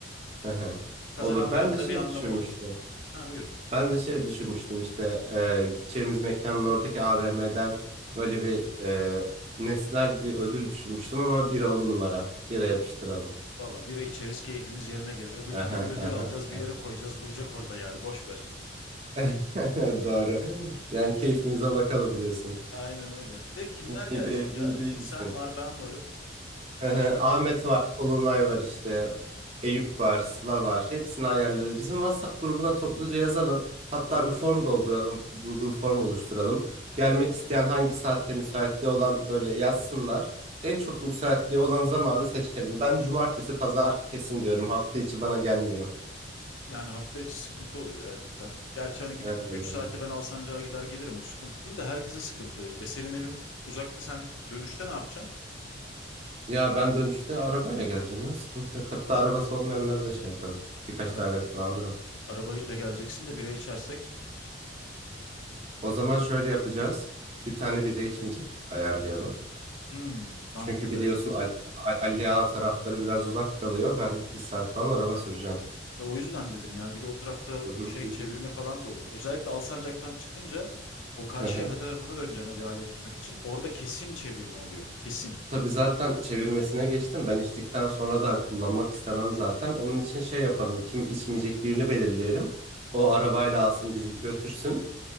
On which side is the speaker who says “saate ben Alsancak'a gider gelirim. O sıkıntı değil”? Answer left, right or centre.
Left